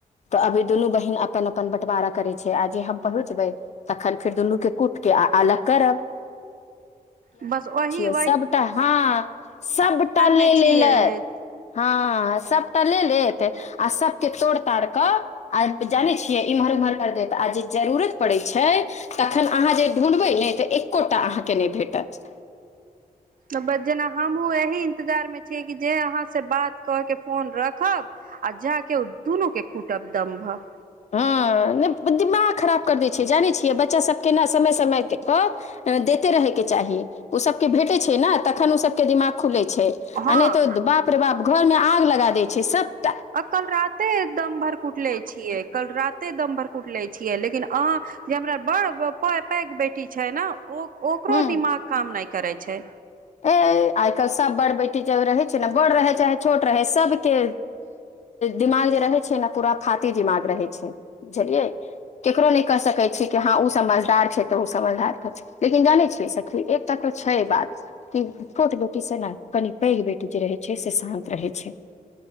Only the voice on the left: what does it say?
त अभी दुनू बहिन अपन अपन बंटवारा करै छै आ जे हम पहुंचबईं तक्खन फेर दुनू के कूट के आ अलग करब।
सबटाऽ हँ सबटा ले
लेलै।
हँ सभटा ले लेत आ सभके तोड़ ताड़ कऽ आ जानै छियै इम्हर उम्हर कर देत आ जे जरूरत पड़ैत छै तखन अहाँ जे ढूँढ़बै ने तऽ एकोटा अहाँके नहि भेटत।
हँ नै दिग खराब कर दै जानै छियै बच्चा सभके ने समय समय देैते रहैके चाही ओ सभके भेटैत छै ने तखन ओ सभके दिमाग खुलै छै आ
नहि तऽ बाप रे बाप घर मे आ लगा दै छै सब।
हूँ
ए आइ काल्हि सभ बड़ बेटी जब रहै छै ने बड़ रहै चाहे छोट रहै सभके दिमाग जे रहै छै ने पूरा फाात दिमाग रहै छै बुझलियै ककरो नहि कहि सकै छ कि हँ ओ समझदार छै तऽ ओ समझदार लेकिन जानै छियै सखी एकटा तऽ छै बात। कि छोट बेटीसँ न कनि पैघ बेटी जे रहै छै से शान्त रहै छै।